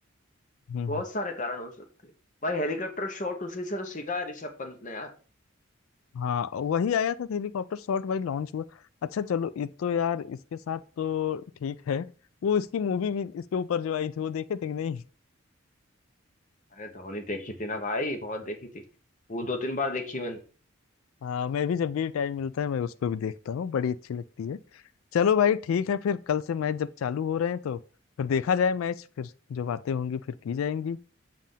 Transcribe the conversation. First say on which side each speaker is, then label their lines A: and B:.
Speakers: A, on the left; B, on the left.
A: हम्म
B: बहुत सारे कारण हो सकते हैं भाई हेलीकॉप्टर शॉट उसी से तो सीखा है ऋषभ पंत ने यार
A: हाँ वही आया था हेलीकॉप्टर शॉट भाई लॉन्च हुआ अच्छा चलो ये तो यार इसके साथ तो ठीक है वो इसकी मूवी भी इसके ऊपर जो आई थी वो देखे थे कि नहीं
B: अरे धोनी देखी थी ना भाई बहुत देखी थी वो दो तीन बार देखी मैंने
A: हाँ मैं भी जब भी टाइम मिलता है मैं उसको भी देखता हूँ बड़ी अच्छी लगती है चलो भाई ठीक है फिर कल से मैच जब चालू हो रहे हैं तो फिर देखा जाए मैच फिर जो बातें होंगी फिर की जाएंगी